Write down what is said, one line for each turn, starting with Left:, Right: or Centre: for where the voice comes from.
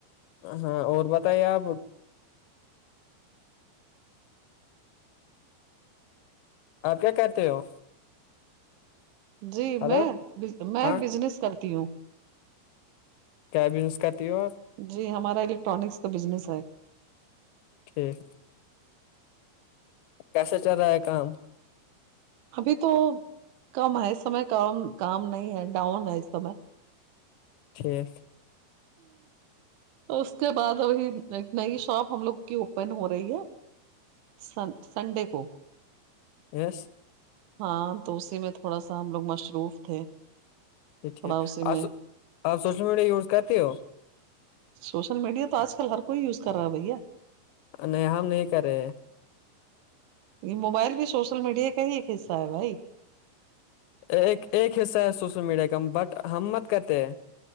Left: ہاں اور بتائیے آپ آپ کیا کہتے ہو
Right: جی
Left: ہلو
Right: میں میں
Left: ہاں
Right: بزنس کرتی ہوں
Left: کیا بزنس کرتی اور
Right: جی ہمارا الیکٹرانکس کا بزنس ہے
Left: ٹھیک کیسے چل رہا ہے کام
Right: ابھی تو کم ہے اس سمے کام کام نہیں ہے ڈاؤن ہے اس سمے
Left: ف <unintelligible>
Right: تو اس کے بعد ابھی ایک نئی شاپ ہم لوگ کی اوپن ہو رہی ہے سن سنڈے کو
Left: س <unintelligible>
Right: ہاں تو اسی میں تھوڑا سا ہم لوگ مصروف تھے
Left: جا
Right: تھوڑا
Left: ٹھیک
Right: اسی میں
Left: آ آپ سوشل میڈیا یوز کرتے ہو
Right: سوشل میڈیا تو آج کل ہر کوئی یوز کر رہا بھیا
Left: نہیں ہم نہیں کر رہے
Right: یہ موبائل بھی سوشل میڈیا کا ہی ایک حصہ ہے بھائی
Left: ایک ایک حصہ ہے سوشل میڈیا کا بٹ ہم مت کرتے ہیں